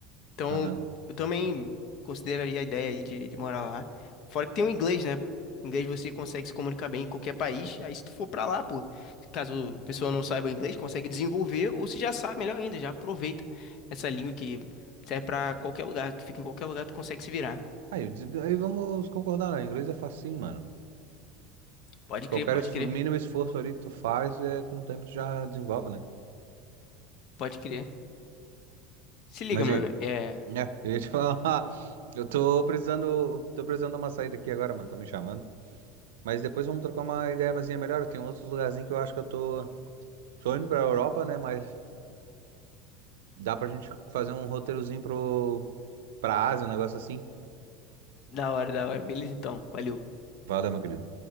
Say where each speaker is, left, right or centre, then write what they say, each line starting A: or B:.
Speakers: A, on the left; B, on the right.
A: Então,
B: Aham.
A: eu também consideraria a ideia aí de, de morar lá. Fora que tem o inglês, né? O inglês você consegue se comunicar bem em qualquer país. Aí, se tu for pra lá, pô, caso a pessoa não saiba inglês, consegue desenvolver. Ou se já sabe, melhor ainda, já aproveita essa língua que serve pra qualquer lugar. Tu fica em qualquer lugar, tu consegue se virar.
B: Aí, eu digo- aí vamos concordar, né? Inglês é facinho, mano.
A: Pode
B: Qualquer
A: crer, pode
B: esfor-
A: crer,
B: mínimo esforço ali que tu faz, é, com o tempo tu já desenvolve, né?
A: pode crer. Se liga,
B: Mas
A: mano.
B: e,
A: É
B: É, eu ia te falar, <laughs> eu tô precisando, tô precisando dar uma saída aqui agora, mano, tá me chamando. Mas depois vamos trocar uma ideia mais melhor. Tem outros lugarzinhos que eu acho que eu tô, tô indo pra Europa, né? Mas dá pra gente fazer um roteirozinho pro, pra Ásia, um negócio assim.
A: da hora, da hora. Beleza, então. Valeu.
B: Valeu, meu querido.